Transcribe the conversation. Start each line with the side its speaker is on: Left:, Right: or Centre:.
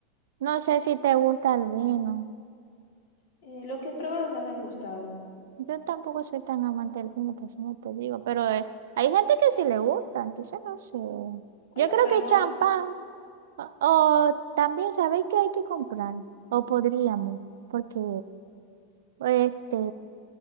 Right: No sé si te gusta el vino.
Left: Eh, los que he probado no me han gustado.
Right: Yo tampoco soy tan amante del vino, por eso no te digo. Pero eh, hay gente que sí le gusta, entonces no sé. Yo
Left: Bueno,
Right: creo
Left: podemos...
Right: que champán. O, o también sabéis que hay que comprar. O podríamos, porque este